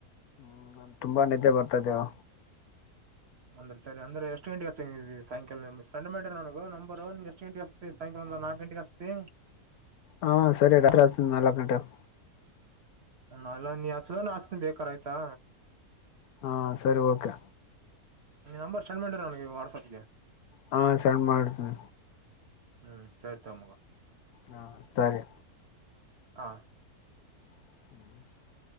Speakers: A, on the left; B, on the right.
A: ಹ್ಮ ನಂಗ ತುಂಬಾ ನಿದ್ದೆ ಬರ್ತಾ ಇದೆಯೋ.
B: ಅಂದ್ರೆ ಸರಿ ಅಂದ್ರ ಎಷ್ಟ ಗಂಟೆಗ ಹಚ್ಚಾಗ್ ಆದಿ ನೀ ಸಾಯಂಕಾಲ ಸೆಂಡ ಮಾಡಿರ ನನಗ ನಂಬರ್ ನೀ ಎಷ್ಟು ಗಂಟಿ ಹಚ್.... ಸಾಯಂಕಾಲ ಒಂದ ನಾಲ್ಕ್ ಗಂಟೆಗೆಗಸ್ತಿ
A: ಹಾ.. ಸರಿ ರಾತ್ರಿ ಹಚ್ಚತನಿ ನಾಲಕ್ ಗಂಟೆ ಗೆ
B: ಹ ಎಲ್ಲಾ ನೀ ಹಚ್ಚಿಲ ಅಂದ್ರ ನ ಹಚ್ಚತನಿ ಬೇಕಾರ ಆಯ್ತಾ.....
A: ಹಾ ಸರಿ ಓಕೆ.
B: ನೀ ನಂಬರ್ ಸೆಂಡ್ ಮಾಡಿರ ನನಗೆ ವಾಟ್ಸಆಪ್ಗೆ...
A: ಹಾ ಸಂಡ್ ಮಾಡ್ತಿನಿ.
B: ಹ್ಮ್ ಸರಿ ತಮಗ
A: ಹಾ ಸರಿ.
B: ಹಾ
A: <unintelligible>